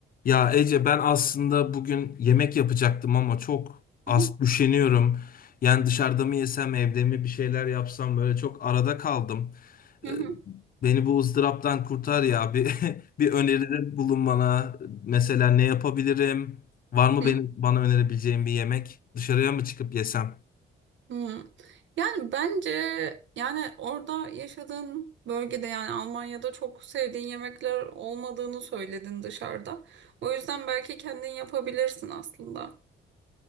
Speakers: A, on the left; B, on the right.
A: Ya Ece ben aslında bugün yemek yapacaktım ama çok az
B: Hı hı,
A: üşeniyorum. Yani dışarıda mı yesem evde mi bir şeyler yapsam böyle çok arada kaldım.
B: hı
A: Ee,
B: hı,
A: Beni bu ızdıraptan kurtar ya bir <laughs> bir öneride bulun bana. Mesela ne yapabilirim? Var mı
B: hı
A: benim
B: hı,
A: bana önerebileceğin bir yemek? Dışarıya mı çıkıp yesem?
B: hı. Yani bence yani orada yaşadığın bölgede yani Almanya'da çok sevdiğin yemekler olmadığını söyledin dışarıda. O yüzden belki kendin yapabilirsin aslında.